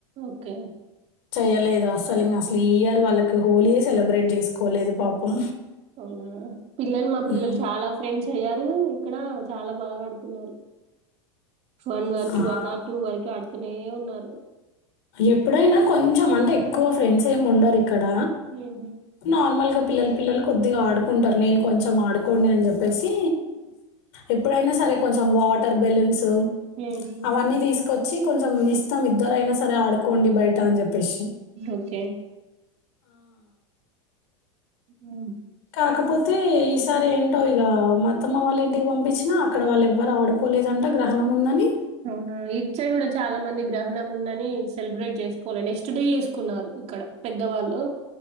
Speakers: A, on the right; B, on the left.
A: ఓకే
B: చేయలేదు అసలు ఇంక అసలు ఈ ఇయర్ వాళ్ళకి హోలీయే సెలబ్రేట్ చేసుకోలేదు పాపం
A: అవునా పిల్లలు మా పిల్లలు
B: హ్మ్.
A: చాలా ఫ్రెండ్స్ అయ్యా ఇక్కడ చాలా బాగా ఆడుకున్నారు వన్ వరకి
B: ఆ!
A: వన్ ఆర్ టూ వరకు ఆడు నే ఉన్నారు
B: ఎప్పుడైనా కొంచెం అంటే ఎక్కువ ఫ్రెండ్స్ ఏమి ఉండరు ఇక్కడ
A: మ్మ్.
B: నార్మల్గా పిల్లలు పిల్లలు కొద్దిగా ఆడుకుంటారు నేను కొంచెం ఆడుకోండి అని చెప్పేసి ఎప్పుడైనా సరే కొంచం వాటర్ బెలూన్స్
A: మ్మ్.
B: అవన్నీ తీసుకొచ్చి కొంచెం ఇస్తం ఇద్దరైనా సరే ఆడుకోండి బయట అని చెప్పేసి
A: ఓకే మ్మ్.
B: కాకపోతే ఈసారి ఏంటో ఇగ మా అత్తమ్మ వాళ్ళ ఇంటికి పంపించినా అక్కడ వాళ్ళెవ్వరు ఆడుకోలేదంట. గ్రహణం ఉందని
A: అవునా ఇటు సైడ్ కూడా చాలా మంది గ్రహణం ఉందని సెలబ్రేట్ చేసుకోల నెక్స్ట్ డే చేసుకున్నారు ఇక్కడ పెద్దవాళ్ళు